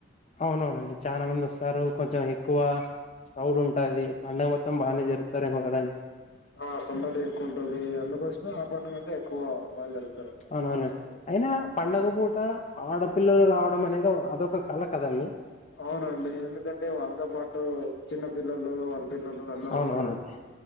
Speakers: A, on the left; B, on the left.
A: అవునవునండి అవును సారు కొంచెం ఎక్కువ సౌడ్ ఉంటది పండ మొత్తం బానే
B: ఆ
A: జరుగుతారేమో కదండి
B: ఆ సందడి ఎక్కువ ఉంటది అందుకోసమే ఆ పండుగంటే ఎక్కువ బాగా జరుపుతారండి
A: అవునవును
B: మా సైడ్.
A: అయినా పండగ పూట ఆడపిల్లలు రావడం అనేది ద్ అదొక కళ కదండి
B: అవునండి ఎందుకంటే వాళ్ళతో పాటు చిన్న పిల్లలు వాళ్ళ పిల్లలు అందరొస్తారు.
A: అవునవునండి